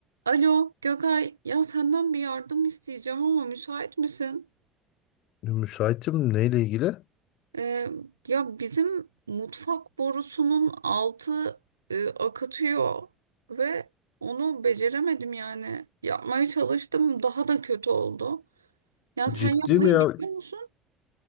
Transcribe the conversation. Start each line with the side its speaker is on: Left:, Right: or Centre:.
Right: Alo Gökay, ya senden bir yardım isteyeceğim ama müsait misin?
Left: Müsaitim neyle ilgili?
Right: Ee, ya bizim mutfak borusunun altı e, akıtıyor ve onu beceremedim yani. Yapmaya çalıştım, daha da kötü oldu. Ya sen
Left: Ciddi
Right: yapmayı
Left: mi ya?
Right: biliyor musun?